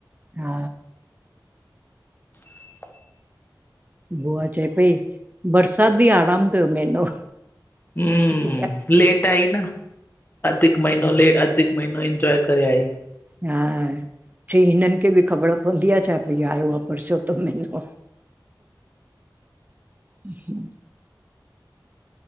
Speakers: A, on the right (about 25°); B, on the left (about 25°).
A: हा।
B: <inaudible>
A: बुआ चए पई बरसात बि आराम कयो महीनो।
B: हम्म,
A: हा
B: लेट आई न अधिक महीनो ले अधीक हिकु महीनो इंजॉय करे आईं।
A: हा चंयी हिनन खे बि ख़बर प पवंदी आ छा भई आयो आ पुरुशोत्तम महिनो हम <inaudible>